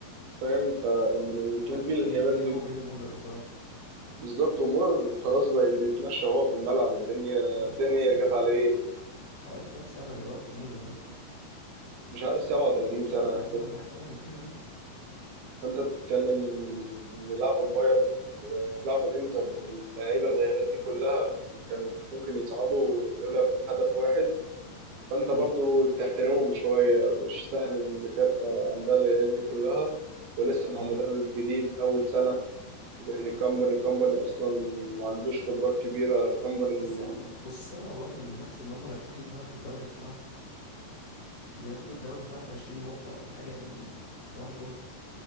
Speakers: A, on the right (about 65°); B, on the left (about 40°).
A: فاهم فإن يكون
B: فرق
A: في
B: كبير
A: الغيابات
B: بينه
A: دي
B: وبين مولر بصراحة
A: بالظبط ومر خلاص بقى بيتمشى هو في الملعب الدنيا
B: هو
A: الدنيا
B: خلاص يا
A: جت عليه
B: حوالي كام سنة دلوقتي مولر ده
A: مش عارف 37 سنة
B: 37 ولا حاجة هو كبير أوي
A: فانت بتتكلم ان لعبوا البايرن آه، لعبوا الانتر باللعيبه الغيبات دي كلها وكانوا ممكن يصعدوا لولا هدف واحد فانت
B: امم
A: برضو تحترمهم شويه مش سهل ان فرقه عندها الغيبات دي كلها ولسه مع
B: اه
A: مدرب جديد اول سنه زي كامباني كامباني اصلا ما عندوش خبرات كبيره كامباني
B: بس بص لها برضه من ناحية ان هم مرتاحين قوي في الدوري بتاعهم بياخدوا الدوري فرق 20 نقطة ولا حاجة يعني صباح الفل